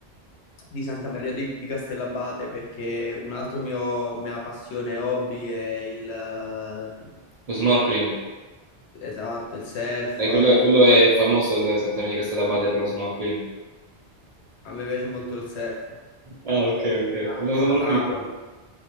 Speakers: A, on the left; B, on the right.
A: di Santa Maria di, di Castellabate perché un altro mio mia passione e hobby è il eh,
B: Lo snorkeling.
A: esatto, il surf.
B: Eh, quello,
A: il-
B: quello è famoso il Sant'Antonio di Castellabate per lo snorkeling.
A: A me piace molto il surf
B: Ah, ok,
A: in generale,
B: ok. ok. No, sono
A: la
B: rocchino.
A: tavola.